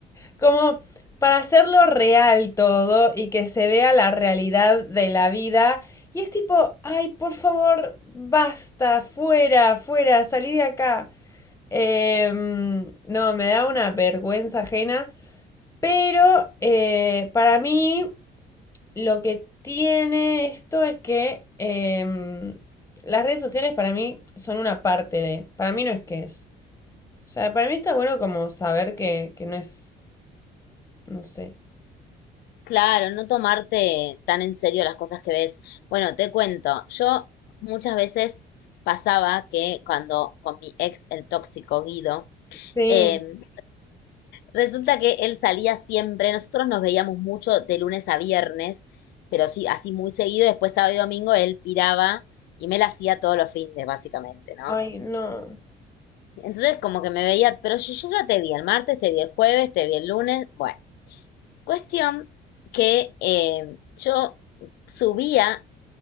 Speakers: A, on the left; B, on the left.
A: como para hacerlo real todo y que se vea la realidad de la vida. Y es tipo, ay, por favor, basta, fuera, fuera, salí de acá. Em, no, me da una vergüenza ajena. Pero eh, para mí lo que tiene esto es que em, las redes sociales para mí son una parte de, para mí no es que es. O sea, para mí está bueno como saber que, que no es, no sé.
B: Claro, no tomarte tan en serio las cosas que ves. Bueno, te cuento, yo muchas veces pasaba que cuando con mi ex, el tóxico Guido,
A: Sí,
B: eh, resulta que él salía siempre, nosotros nos veíamos mucho de lunes a viernes, pero sí, así muy seguido, después sábado y domingo él piraba y me la hacía todos los fines, básicamente, ¿no?
A: ay, no.
B: Entonces como que me veía, pero yo, yo ya te vi el martes, te vi el jueves, te vi el lunes, bueno. Cuestión que eh, yo subía,